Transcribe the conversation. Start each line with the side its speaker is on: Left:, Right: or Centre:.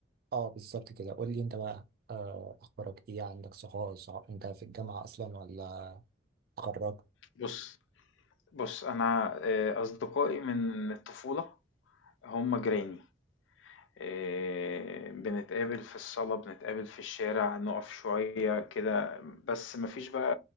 Right: اه بالظبط كده قول لي أنت بقى آه، أخبارك إيه عندك صحاب صح- أنت في الجامعة أصلا ولا اتخرجت
Left: بص بص انا آه، اصدقائي من الطفولة هم جيراني آه، بنتقابل في الصالة بنتقابل في الشارع نقف شوية كده بس مفيش بقى